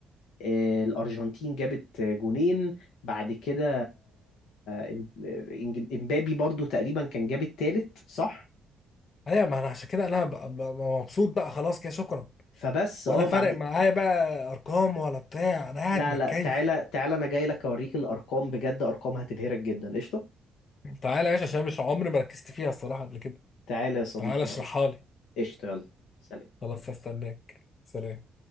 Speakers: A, on the left; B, on the left.
A: آه، الارجنتين جابت جونين بعد كده إم- إنج- امبابي برضو تقريبا كان جاب التالت صح
B: ايوه ما انا عشان كده انا ب- ب- مبسوط بقى خلاص كده شكرا
A: فبس
B: ولا
A: اه
B: فارق
A: بعد
B: معايا بقى ارقام ولا بتاع انا قاعد
A: لا
B: متكيف
A: لا تعالى تعالى انا جاي لك اوريك الارقام بجد ارقام هتبهرك جدا قشطه
B: تعالى يا باشا عشان مش عمري ما ركزت فيها الصراحه قبل كده
A: تعالى يا صديقي
B: تعالى اشرحها
A: هقول
B: لي
A: قشطه يلا سلام
B: خلاص هستناك سلام